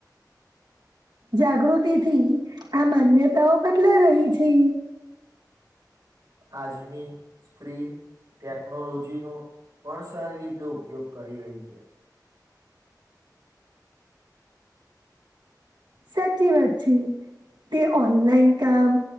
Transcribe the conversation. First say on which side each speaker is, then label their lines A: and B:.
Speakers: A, on the right; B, on the right.
A: જાગૃતિ થી આ માન્યતાઓ બદલા રહી છે.
B: આજની સ્ત્રી. ટેકનોલોજી નો પણ સારી રીતે ઉપયોગ કરી રહી છે.
A: સાચી વાચી તે ઓનલાઈન કામ.